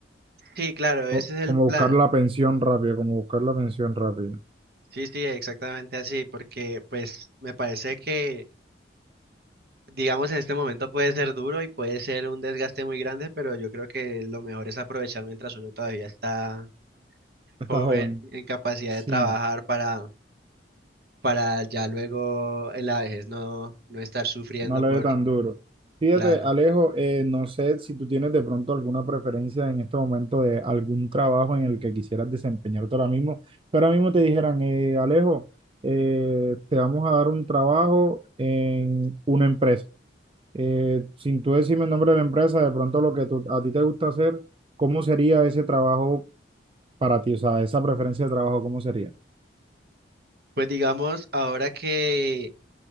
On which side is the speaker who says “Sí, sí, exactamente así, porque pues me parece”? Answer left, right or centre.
Right